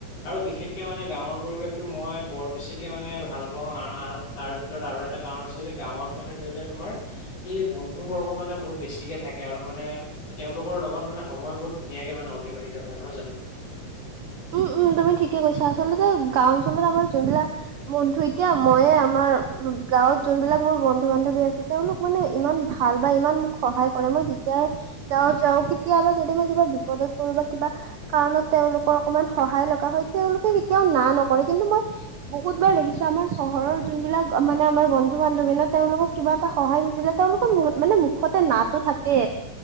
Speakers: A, on the left; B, on the right.
A: আৰু বিশেষকে মানে গাঁৱৰ পৰিৱেশটো মই বৰ বেছিকে মানে ভাল পাওঁ আৰু আহ তাৰ ভিতৰত আৰু এটা কাৰণ আছে যে গাঁৱত মানে ধৰি লোৱা তোমাৰ এই বন্ধু বৰ্গ মানে বহুত বেছিকে থাকে আৰু মানে তেওঁলোকৰ লগত মানে সময় বহুত ধুনীয়াকে মানে অতিবাহিত হয় নহয় জানো?
B: উম, উম তুমি ঠিকে কৈছা আচলতে গাওঁ অঞ্চলত আমাৰ যোনবিলাক বন্ধু এতিয়া মইে আমাৰ গাঁৱত যোনবিলাক মোৰ বন্ধু বান্ধৱী আছে তেওঁলোক মানে ইমান ভাল বা ইমান মোক সহায় কৰে মই যেতিয়াই তেওঁ যাওঁ কেতিয়াবা যদি মই কিবা বিপদত পৰো বা কিবা কাৰণত তেওঁওলোকৰ অকমান সহায় লগা হয় তেওঁলোকে কেতিয়াও না নকৰে। কিন্তু মই বহুত বাৰ দেখিছো আমাৰ চহৰৰ যোনবিলাক মানে আমাৰ বন্ধু বান্ধৱী তেওঁলোকক কিবা এটা সহায় খুজিলে তেওঁলোকৰ মু মানে মুখতে নাতো থাকে।